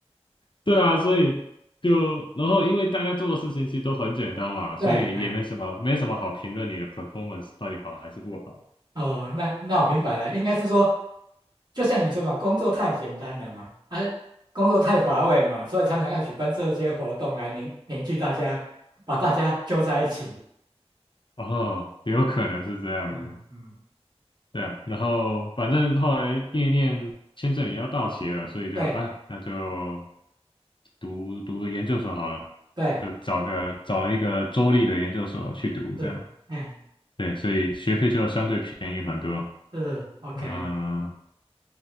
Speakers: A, on the left (about 50°); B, on the right (about 40°).
A: 对啊，所以就然后因为大家做的事情其实都很简单嘛，
B: 对，
A: 所以也没什么没什么好评论你的
B: 哎
A: performance 到底好还是不好。
B: 哦，那那我明白了，应该是说，就像你说嘛，工作太简单了嘛，啊，工作太乏味嘛，所以常常要举办这些活动来凝凝聚大家，把大家揪在一起。
A: 哦，也有可能是这样子，
B: 嗯嗯，
A: 对啊。然后反正后来念一念签证也要到期了，所以就哎，
B: 对
A: 那就读读个研究所好了，
B: 对，
A: 就找个找了一个州立的研究所去读这样。
B: 是，哎，
A: 对，所以学费就相对便宜很多。
B: 是，OK，
A: 嗯、